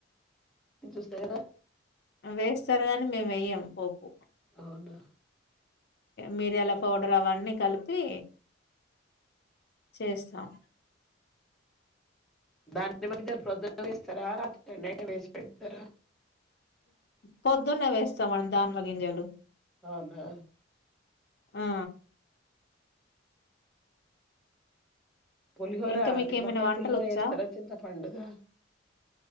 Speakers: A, in the centre; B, on the left (about 55°).
A: <inaudible> చూస్తా కదా
B: వేస్తారు గాని మేము వేయ్యాం పోపు
A: అవునా
B: మిరియాల పౌడర్ అవన్నీ కలిపి చేస్తాం
A: దాన్ని బట్టి ప్రొద్దునేస్తారా రాత్రి రెం వేసి పెడతారా
B: పొద్దున్నే వేస్తాంమండి దానిమ్మ గింజలు
A: అవునా
B: ఆ
A: పులిహోర
B: ఇంకా మీకేమైనా
A: నిమ్మక్కయ
B: వంటలొచ్చా?
A: పులిహోర ఎస్తార చింత పండుదా